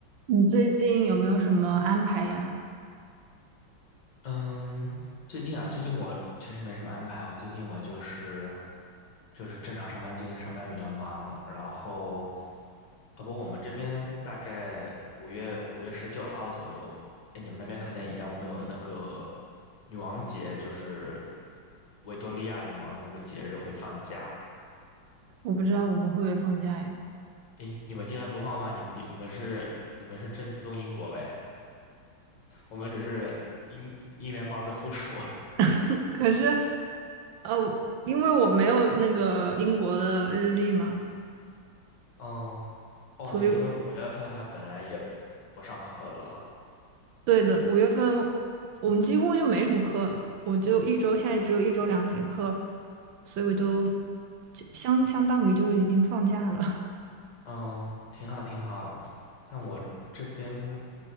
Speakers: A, on the right; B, on the left.
A: 你最近有没有什么安排呀？
B: 嗯，最近啊，最近我其实没什么安排哦。最近我就是就是正常上班，最近上班比较忙。然后，呃，不，我们这边大概五月五月十九号左右，哎，你们那边可能也一样。我们有那个女王节，就是维多利亚女王的那个节日会放假。
A: 我不知道我们会不会放假哎。
B: 哎，你们竟然不放吗？你你你们是你们是正宗英国哎，我们只是英英联邦的附属。<laughs>
A: <laughs> 可是，呃，因为我没有那个英国的日历嘛，
B: 哦，哦，
A: 所以
B: 对，因为五月份他本来也不上课了。
A: 对的，五月份我们几乎就没什么课了，我就一周，现在只有一周两节课，所以我就就相相当于就已经放假了。
B: 嗯，挺好，挺好。像我这边